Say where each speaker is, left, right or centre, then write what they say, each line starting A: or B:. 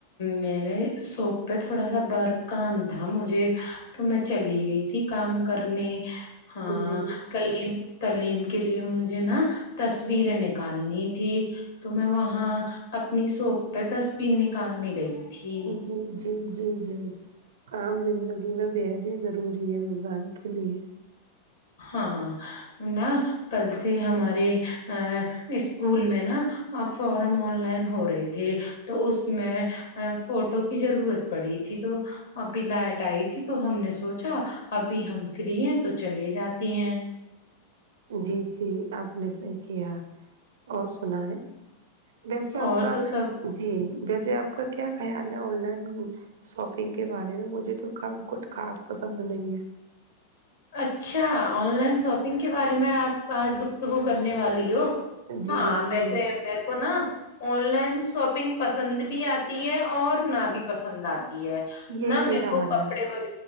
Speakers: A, on the left (about 65°); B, on the right (about 60°).
A: میرے سوپ پہ تھوڑا سا بر کام تھا مجھے تو میں چلی گئی تھی تھی کام کرنے ہاں
B: جی
A: کلیم تلیم کے لیے مجھے نا تصویریں نکالنی تھی تو میں وہاں اپنی سوپ پہ تصویر نکالنے گئی تھی
B: جی جی جی جی کام زندگی میں بےحد ہی ضروری ہے انسان کے لیے
A: ہاں نہ کل سے ہمارے ا اسکول میں نا اب فارم آن لائن ہو رہے تھے تو اس میں فوٹو کی ضرورت پڑی تھی تو ابھی لائٹ آئی تھی تو ہم نے سوچا ابھی ہم فری ہیں تو چلے جاتے ہیں
B: جی جی آپ نے صحیح کیا اور سنا ہے ویسے آپ
A: اور
B: کا
A: تو سب
B: جی ویسے آپ کا کیا خیال ہے آن لائن شاپنگ کے بارے میں مجھے تو کچھ خاص پسند نہیں ہے
A: اچھا آن لائن شاپنگ کے بارے میں آپ آج گفتگو کرنے والی ہو
B: جی
A: ہاں
B: بالکل
A: میں سے مر کو نا آن لائن شاپنگ پسند بھی آتی ہے اور نہ بھی پسند آتی ہے
B: یہی
A: نہ
B: میرا
A: میرے کو
B: حال
A: کپڑے
B: ہے
A: وغ